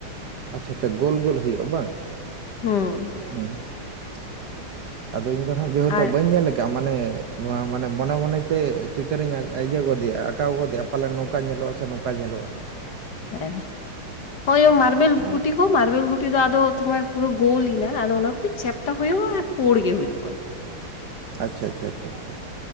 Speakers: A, on the right (about 60°); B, on the left (about 55°).
A: ᱟᱪᱪᱷᱟ ᱟᱪᱟ ᱜᱳᱞ ᱜᱳᱞ ᱦᱩᱭᱩᱜ-ᱟ ᱵᱟᱝ?
B: ᱦᱩᱸ
A: ᱦᱩᱸ <inaudible> ᱟᱫᱚ ᱤᱧ ᱫᱚ ᱱᱟᱦᱟᱸᱜ ᱡᱮᱸᱦᱮᱛᱩ
B: ᱟᱨ
A: ᱵᱟᱹᱧ ᱧᱮᱞ ᱟᱠᱼᱼ ᱟᱻ ᱢᱟᱱᱮ ᱱᱚᱶᱟ ᱢᱟᱱᱮ ᱢᱚᱱᱮ ᱢᱚᱱᱮ ᱛᱮ ᱪᱤᱱᱛᱟᱹ ᱨᱤᱧ ᱟ ᱟᱹᱭᱟᱹ ᱜᱚᱫᱮᱭᱟ ᱟᱠᱟᱣ ᱜᱚᱫᱮᱭᱟ᱾ ᱯᱟᱞᱮᱱ ᱱᱚᱝᱠᱟ ᱧᱮᱞᱚᱜ-ᱟ ᱥᱮ ᱱᱚᱝᱠᱟ ᱧᱮᱞᱚᱜ-ᱟ᱾
B: ᱦᱮᱸ ᱦᱳᱭ ᱢᱟᱨᱵᱮᱞ
A: ᱟᱪᱪᱷᱟ
B: ᱜᱩᱴᱤ ᱠᱚ ᱢᱟᱨᱵᱮᱞ ᱜᱩᱴᱼᱼ ᱴᱤ ᱫᱚ ᱟᱫᱚ ᱛᱚ ᱢᱟᱱᱮ ᱯᱩᱨᱟᱹ ᱜᱳᱞ ᱞᱤᱱᱟ ᱟᱫᱚ ᱚᱱᱟ ᱠᱚ ᱪᱟᱯᱴᱟ ᱦᱩᱭᱩᱜ-ᱟ ᱟᱨ ᱯᱩᱸᱲ ᱜᱮ ᱦᱩᱭᱩᱜᱼᱟ᱾
A: ᱟᱪᱪᱷᱟ ᱟᱪᱪᱷᱟ ᱟᱪᱷᱟ ᱪᱷᱟ᱾